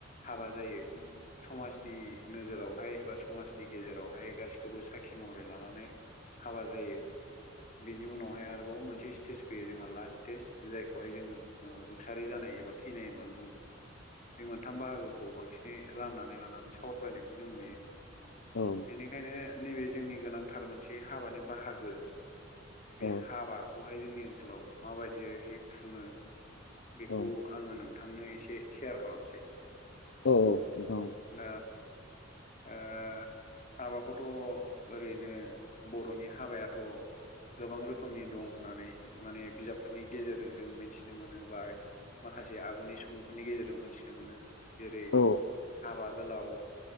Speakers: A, on the left (about 40°); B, on the left (about 70°).
A: हाबा जायो। समाजनि नोजोरावहाय बा समाजनि गेजेरावहाय गासिखौबो साखि महरै लानानै हाबा जायो ।बेनि उनावहाय आरोबाव मोनसे स्टेज फैयो जोंहा लास्ट स्टेज जायखौहाय जों रुंसारि जानाय एबा थैनाय होननानै बुङो। बे मोनथाम बाहागोखौ बांसिनै राननानै लानानै सावरायलायनायखौ जों नुयो।
B: औ।
A: बेनिखायनो नैबे जोंनि गोनांथार मोनसे हाबानि बाहागो बे
B: औ
A: हाबाखौहाय जोंनि ओनसोलाव माबायदियै खुङो। बेखौ
B: औ
A: आङो नोंथांनो एसे सेयार खालामसै
B: औ औ औ
A: ओ ओ हाबाखौथ' ओरैनो बर'नि हाबायाथ' गोबां रोखोमनि दं होननानै माने बिजाबफोरनि गेजेरजों जों मिथिनो मोनो बा माखासे आगुनि सुबुंफोरनि गेजेरजों मोनथिनो मोनो। जेरै-हाबा
B: औ
A: गोलाव